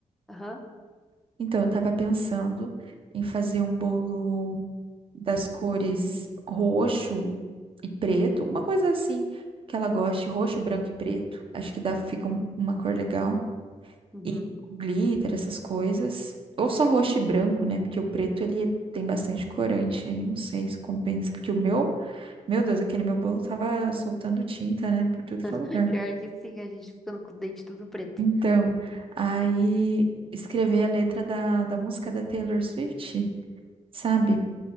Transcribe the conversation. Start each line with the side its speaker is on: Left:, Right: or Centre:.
Centre: Aham.
Right: Então, eu tava pensando em fazer um bolo. das cores roxo e preto, alguma coisa assim que ela goste, roxo, branco e preto. Acho que dá, fica um- uma cor legal.
Centre: Uhum.
Right: E glitter, essas coisas. Ou só roxo e branco, né? Porque o preto ele tem bastante corante aí, não sei se compensa, porque o meu, meu Deus, aquele meu bolo tava soltando tinta, né, por tudo que
Centre: <laughs>
Right: é lugar.
Centre: Pior que sim, a gente ficando com o dente tudo preto.
Right: Então, aí escrever a letra da, da música da Taylor Swift, sabe?